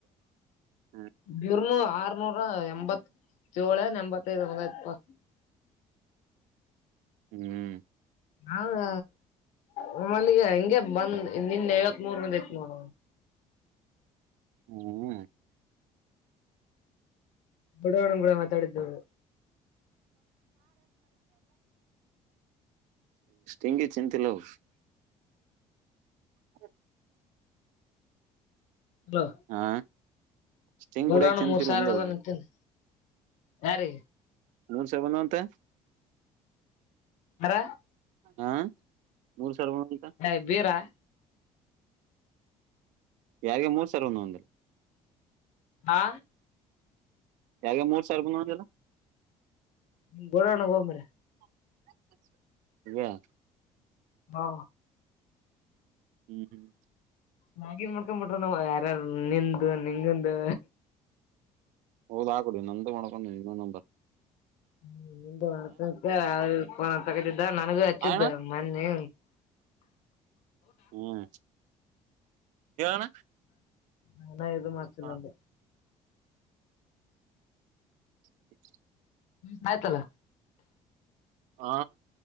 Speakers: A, on the right; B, on the left.
A: ಹ್ಮ್
B: ಬರುನು ಆರ್ನೂರ ಎಂಬತ್ ಜೋಳ ಎಂಬತ್ತೈದು ಹಪ್ಪಾ
A: ಹ್ಮ್
B: ಹೌದ ನಮ್ಮಲ್ಲಿಗೆ ಹಂಗೆ ಬಂದ್ ನಿನ್ನ ಐವತ್ ಮೂರ್ ಮಂದ ಐತ್ ನೋಡ
A: ಹ್ಮ್
B: ಬುಡವಣ ಕೂಡ ಮಾತಾಡಿದ್ದವರು
A: ಿಂಗಿ ಚಿಂತಲ ಹ ಹ್ಮ
B: ಹಲೋ
A: ಹಾ ಸ್ಟಿಂಗ್
B: ಬಡೋಣ
A: ಕುಡಿಯಕ್ ತಿಂತಿಲ್ಲ
B: ಮೂರ್ ಸಾವಿರ
A: ಅಂದೆ
B: ಆಡದ
A: ಅವಗೆ
B: ನಿಂತೀನಿ ಯಾರೀ
A: ಮೂರ್ ಸಾವಿರ ಬಂದವ ಅಂತ
B: ಯಾರ
A: ಹಾ ನೂರು ಸರ್ಿಕ
B: ಏ ಬೀರಾ
A: ಯಾರಗೇ ಮೂರ್ ಸಾವಿರ ರ ಒಂದು ಒಂದ
B: ಆ
A: ಯ ಮೂರ್ ಸಾವಿರ ಬಂದಂದಲ್ಲ
B: ನಿ ಗೊಡೋಣ ಹೋಗ ಮ್ರೆ
A: <unintelligible>
B: ಹಾ
A: <unintelligible>
B: ನನ್ ಮಾಡ್ಕೊ ಬಿಟ್ರ ನಾವ್ ಯಾರಾರು ನಿಂದು ನಿಂಗಂದು
A: ಹೌದ್ಕಡಿ ನಂದು ಮಾಡೋಕೊಂಡ ಇನ್ನೊ ನಂದ
B: <unintelligible> ನನಗೂ ಫೋನ್ ಹಚ್ಚಿದ್ದ
A: ಆ ಅಣ್ಣ
B: ಮೊನ್ನಿ
A: ಹ್ಮ ಣ
B: ನಾನ ಇದು ಮಾಡ್ಸಿಲ್ಲ
A: ಹಾ
B: ಅಂದೆ
A: ಹ
B: ಸಯತಲ್ಲ
A: ಹ